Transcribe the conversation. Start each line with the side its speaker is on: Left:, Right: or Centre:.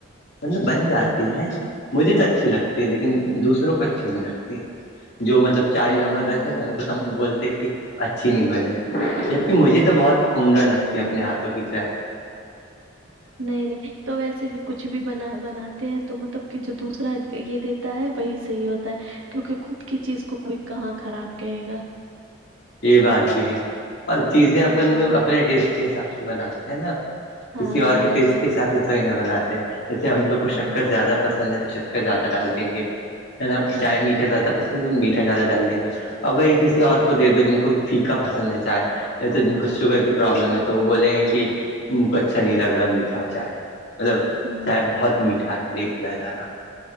Left: مطلب بن جاتی
Right: ہوں
Left: ہے مجھے تو اچھی لگتی ہے لیکن دوسروں کو اچھی نہیں لگتی جو مطلب چائے لبور
Right: ہاں
Left: رہتے نا ان کو سھ بولتے اچھی نہیں بنی جبکہ مجھے تو بہت عمدہ
Right: ہوں
Left: لگتی ہے اپنے ہاتھوں کی چائے
Right: نہیں نہیں تو ویسے بھی کچھ بھی بنا بناتے ہیں تو مطلب کہ جو دوسرا یہ د ہوتا ہے وہی صحیح ہوتا ہے کیونکہ خود کی چیز کو کوئک کہاں خراب کہے گا
Left: یہ بات بھی ہے اور چیزیں اپن
Right: ہوں
Left: لوگ اپنے ٹیسٹ کے حساب سے بناتے ہیں نا
Right: ہاں
Left: کسی اور
Right: وہی
Left: کے ٹیسٹ
Right: ہے
Left: کے حساتھ سے تھوئی نہ بناتے جیسے ہم لوگ کو
Right: ہوں
Left: شکر زیادہ پسند ہے تو شر زیادہ ڈال دیں گے ہے نا
Right: ہوں
Left: چائے میٹھا زیادہ پس میٹھا زیادہ ڈال دیں گے اور وہی کسی اور کو دے دو جن کو پھیکا پسند ہے چائےے یا تو جن کو شوگر
Right: ہوں
Left: کی پروابلم ہے تو وہ بولیں گے کہ ان کو اچھا نہیں لگ رہا میٹھا چائے مطلب
Right: ہوں
Left: چائے بہت میٹھا ہے نہیں پیا جا رہا